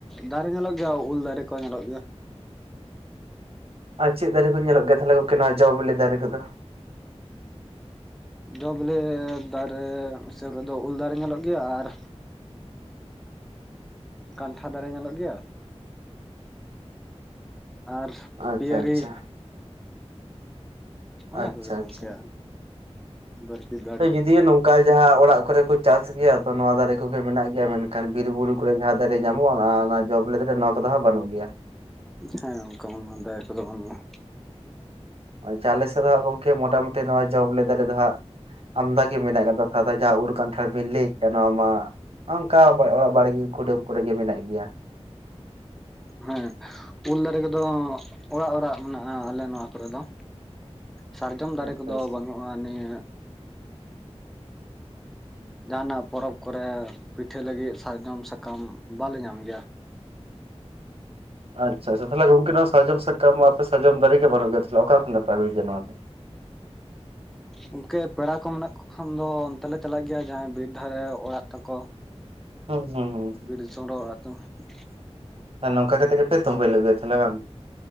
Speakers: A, in the centre; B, on the right.
A: ᱫᱟᱨᱮ ᱧᱮᱞᱚᱜ ᱜᱮᱭᱟ ᱩᱞ ᱫᱟᱨᱮ ᱠᱚ ᱧᱮᱞᱚᱜ ᱜᱮᱭᱟ
B: ᱟᱨ ᱪᱮᱜ ᱫᱟᱨᱮ ᱠᱚ ᱧᱮᱞᱚᱜ ᱜᱮᱭᱟ ᱛᱟᱦᱮ ᱜᱚᱝᱠᱮ ᱱᱚᱣᱟ ᱡᱚ ᱵᱤᱞᱤ ᱫᱟᱨᱮ ᱠᱚᱫᱚ
A: ᱡᱚ ᱵᱮᱞᱮ ᱫᱟᱨᱮ ᱥᱮᱨ ᱨᱮᱫᱚ ᱩᱞ ᱫᱟᱨᱮ ᱧᱮᱞᱚᱜ ᱜᱮᱭᱟ ᱟᱨ ᱠᱟᱱᱴᱷᱟᱲ ᱫᱟᱨᱮ ᱧᱮᱞᱚᱜ ᱜᱮᱭᱟ ᱟᱨ
B: ᱟᱪᱪᱷᱟ
A: ᱯᱤᱭᱟᱹᱨᱤ
B: ᱟᱪᱪᱷᱟ
A: ᱚᱱᱟ
B: ᱟᱪᱪᱷᱟ
A: ᱠᱚᱜᱮ ᱜᱚᱝᱠᱮ
B: ᱟᱪᱪᱷᱟ
A: ᱵᱟᱹᱲᱛᱤ ᱫᱚ
B: ᱛᱚ ᱡᱩᱫᱤᱭᱳ ᱱᱚᱝᱠᱟ ᱡᱟᱦᱟᱸ ᱚᱲᱟᱜ ᱠᱚᱨᱮ ᱠᱚ ᱪᱟᱥ ᱜᱮᱭᱟ ᱛᱚ ᱱᱚᱣᱟ ᱫᱟᱨᱮ ᱠᱚᱜᱮ ᱢᱮᱱᱟᱜ ᱜᱮᱭᱟ ᱢᱮᱱᱠᱷᱟᱱ ᱵᱤᱨ ᱵᱩᱨᱩ ᱠᱚᱨᱮ ᱡᱟᱦᱟᱸ ᱫᱟᱨᱮ ᱧᱟᱢᱚᱜᱼᱟ ᱟᱸ ᱚᱱᱟ ᱡᱚ ᱵᱮᱞᱮ ᱨᱮᱨᱮ ᱱᱚᱣᱟ ᱠᱚᱫᱚ ᱦᱟᱸᱜ ᱵᱟᱹᱱᱩᱜ ᱜᱮᱭᱟ
A: ᱦᱮᱸᱜᱚᱝᱠᱮ ᱚᱱᱟ ᱫᱟᱭᱟ ᱠᱚᱫᱚ ᱵᱟᱹᱱᱩᱜᱼᱟ᱾
B: ᱟᱪᱷᱟ ᱟᱞᱮᱥᱮᱫ ᱫᱚ ᱦᱟᱸᱜ ᱜᱚᱢᱠᱮ ᱢᱚᱴᱟᱢᱩᱴᱤ ᱱᱚᱣᱟ ᱡᱚ ᱵᱮᱞᱮ ᱫᱟᱨᱮ ᱫᱚ ᱦᱟᱸᱜ ᱟᱢᱫᱟ ᱜᱮ ᱢᱮᱱᱟᱜ ᱟᱠᱟᱫᱟ ᱥᱟᱫᱟ ᱡᱟᱦᱟᱸ ᱩᱨ ᱠᱟᱱᱴᱷᱟᱲ ᱵᱮᱠᱤ ᱱᱚᱣᱟ ᱢᱟ ᱚᱝᱠᱟ ᱵᱚᱭ ᱚᱲᱟᱜ ᱵᱟᱲᱜᱤ ᱠᱩᱰᱟᱹᱢ ᱠᱚᱨᱮ ᱜᱮ ᱢᱮᱱᱟᱜ ᱜᱮᱭᱟ
A: ᱦᱮᱸ ᱩᱞ ᱫᱟᱨᱮ ᱠᱚᱫᱚ ᱚᱲᱟᱜ ᱚᱲᱟᱜ ᱢᱮᱱᱟᱜᱼᱟ ᱟᱞᱮ ᱱᱚᱣᱟ ᱠᱚᱨᱮ ᱫᱚ ᱥᱟᱨᱡᱚᱢ ᱫᱟᱨᱮ
B: ᱟᱪᱪᱷᱟ
A: ᱠᱚᱫᱚ
B: ᱟᱪᱪᱷᱟ
A: ᱵᱟᱹᱱᱩᱜᱼᱟ ᱱᱤᱭᱟᱹ ᱡᱟᱦᱟᱱᱟᱜ ᱯᱚᱨᱚᱵᱽ ᱠᱚᱨᱮ ᱯᱤᱴᱷᱟᱹ ᱞᱟᱹᱜᱤᱫ ᱥᱟᱨᱡᱚᱢ ᱥᱟᱠᱟᱢ ᱵᱟᱞᱮ ᱧᱟᱢ ᱜᱮᱭᱟ
B: ᱟᱪᱪᱷᱟ ᱟᱪᱪ ᱛᱟᱦᱚᱞᱮ ᱜᱚᱝᱠᱮ ᱱᱚᱣᱟ ᱥᱟᱨᱡᱚᱢ ᱥᱟᱠᱟᱢ ᱟᱯᱮ ᱥᱟᱨᱡᱚᱢ ᱫᱟᱨᱮ ᱵᱟᱱᱩᱜ ᱜᱮᱭᱟ ᱛᱟᱦᱟᱞᱮ ᱚᱠᱟ ᱠᱷᱚᱱ ᱜᱮᱯᱮ ᱟᱹᱩᱭ ᱜᱮᱭᱟ ᱱᱚᱣᱟ ᱫᱚ
A: ᱜᱚᱢᱠᱮ ᱯᱮᱲᱟ ᱠᱚ ᱢᱮᱱᱟᱜ ᱠᱚᱣᱟ ᱠᱷᱟᱱ ᱫᱚ ᱚᱱᱛᱮ ᱞᱮ ᱪᱟᱞᱟᱜ ᱜᱮᱭᱟ ᱡᱟᱦᱟᱸᱭ ᱵᱤᱨ ᱫᱷᱟᱨᱮ ᱚᱲᱟᱜ ᱛᱟᱠᱚ
B: ᱩᱸ ᱦᱩᱸ ᱦᱩᱸ
A: <unintelligible>
B: ᱟᱨ ᱱᱚᱝᱠᱟ ᱠᱟᱛᱮ ᱜᱮᱯᱮ ᱛᱩᱵᱟᱹᱞ ᱟᱜᱩᱭ ᱛᱟᱦᱮᱱᱟ ᱵᱟᱝ